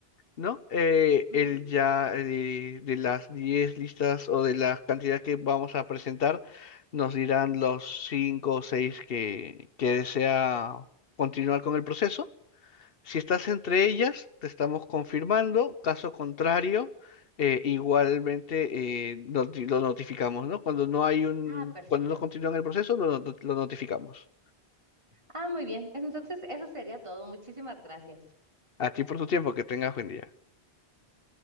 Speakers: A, on the left; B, on the right.
A: ¿no? Eh,
B: Ujú.
A: él ya de, de las 10 listas o de la cantidad que vamos a presentar, nos dirán los 5 o 6 que, que desea continuar con el proceso. Si estás entre ellas, te estamos confirmando. Caso contrario, eh, igualmente eh, noti- lo notificamos, ¿no? Cuando no hay un,
B: Ah, perfecto.
A: cuando no continúan el proceso, lo, not- lo notificamos.
B: Ah, muy bien. Entonces, eso sería todo. Muchísimas gracias.
A: A ti por tu tiempo, que tengas buen día.